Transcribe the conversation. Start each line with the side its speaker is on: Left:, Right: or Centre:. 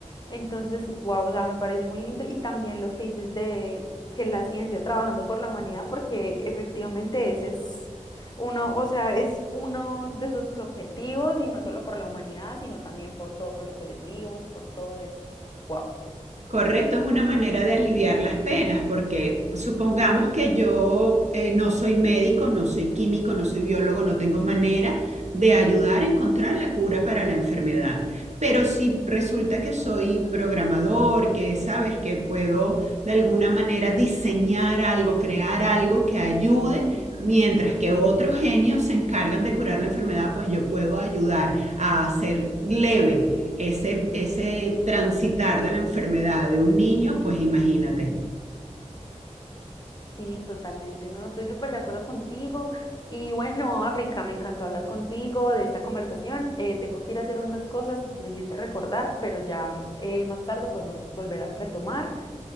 Left: Entonces, wow, o sea, me parece muy lindo. Y también lo que dices de que la ciencia trabajando por la humanidad, porque efectivamente ese es uno, o sea, es uno de sus objetivos, y no solo por la humanidad, sino también por todos los seres vivos, por todo es wow.
Right: Correcto, es una manera de aliviar las penas, porque supongamos que yo eh, no soy médico, no soy químico, no soy biólogo, no tengo manera de ayudar a encontrar la cura para la enfermedad. Pero si resulta que soy programador, que sabes que puedo de alguna manera diseñar algo, crear algo que ayude, mientras que otros genios se encargan de curar la enfermedad, pues yo puedo ayudar a hacer leve ese, ese transitar de la enfermedad de un niño, pues imagínate.
Left: Sí, totalmente, no, estoy súper de acuerdo contigo. Y bueno, África, me encantó hablar contigo de esta conversación. Eh, tengo que ir a hacer unas cosas, me hiciste recordar, pero ya eh, más tarde podemos volver a retomar.